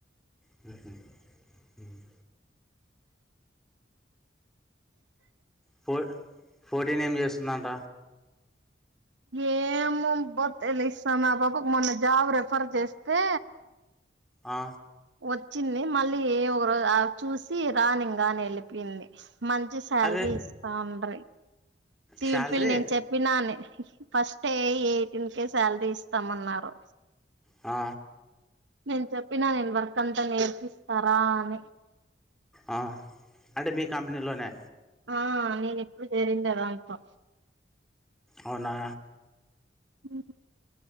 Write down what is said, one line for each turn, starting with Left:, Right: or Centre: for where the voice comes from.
Centre: హు హామ్ ఫో ఫోర్టీన్ ఏం చేస్తుందంట
Right: ఏం బొలి <unintelligible> ఇస్తా మా పాబకు మొన్న జాబ్ రెఫర్ చేస్తే
Centre: ఆ
Right: వచ్చింది మళ్ళీ ఏ ఒకరోజ చూసి రానింకా అని వెళ్ళిపోంది మంచి శాలరీ
Centre: అరే
Right: ఇస్తా ఆండ్రి సివిల్
Centre: శాలరీ
Right: ఫీల్డ్ నేను చెప్పినాను ఫస్ట్ ఎయిటీన్ కే శాలరీ ఇస్తామన్నారు
Centre: ఆ
Right: నేను చెప్పినా నేను వర్క్ అంతా నేర్పిస్తా రా అని
Centre: ఆ అంటే మీ కంపెనీలోనే
Right: ఆ నేను ఇప్పుడు చేరిండే దాంట్లో
Centre: అవునా
Right: ఉం